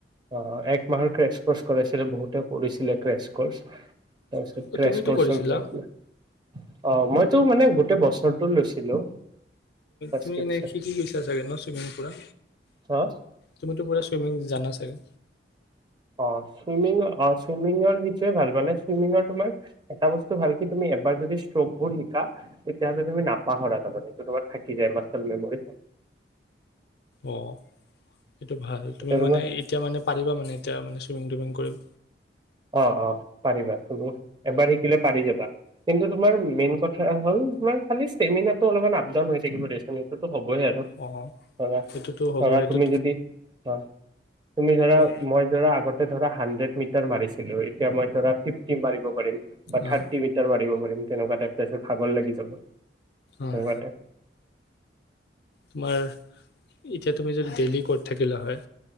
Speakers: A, on the right; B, on the left.
A: আহ একমাহৰ ক্ৰেছ কলেজ বহুতে পঢ়িছিলে কেছ কৰ্চ তাৰপিছত
B: অঁ
A: ক্ৰেচ
B: তুমিতো
A: ক্ৰছ
B: কৰিছিলা
A: পৰা এতিয়া অ মইতো মানে গোটেই বছৰটো লৈছিলো ছাবস্ক্ৰিপচন
B: তুমি এনেই শিকি গৈছা চাগে ন চুইমিং পুৰা
A: অ
B: তুমিতো পোৰা চুইমিং জানা চাগে
A: অ চুইমিং অ চুইমিংৰ সেইটোৱে ভাল মানে চুইমিংৰ তোমাৰ এটা বস্তু ভাল কি তুমি এবাৰ যদি ষ্ট্ৰকবোৰ শিকা তেতিয়ালে তুমি নাপাহৰা তামানে তোমাৰ থাকি যায় মানে তোমাৰ মাছতাৰ মেমৰী
B: অ এইেইটো ভাল তুমি
A: এতিয়া তোমাৰ
B: মানে এতিয়া মানে পাৰিবা মানে এতিয়া মানে চুইমিং তুইমিং কৰিব
A: অ অ পাৰিবা তুমি এবাৰ সি কিলে পাৰি যাবা কিন্তু তোমাৰ মেইন কথা হ'ল তোমাৰ খালি ষ্টেমিনা টো আপ ডাউন আপ ডাউন হৈ থাকিব দে চুন সেইটোতো হ'বই আৰু
B: অঁ
A: ধৰা
B: সেইটোতো হ'ব
A: ধৰা
B: সেইটো
A: তুমি যদি অ তুমি ধৰা
B: কোৱা
A: মই ধৰা আগতে ধৰা সানড্ৰেদ মিটাৰ মাৰিছোঁ এতিয়া মই ধৰা ফিফটি মাৰিব পাৰিম বা
B: অঁ
A: থাৰ্টি মিটাৰ মাৰিব পাৰিম তেনেকুৱা এটা তাৰ পিছত ভাগৰ লাগি যাব
B: অঁ
A: তেনেকুৱা টাইপ
B: তোমাৰ এতিয়া তুমি যদি ডেইলি কত থাকিলা হয়?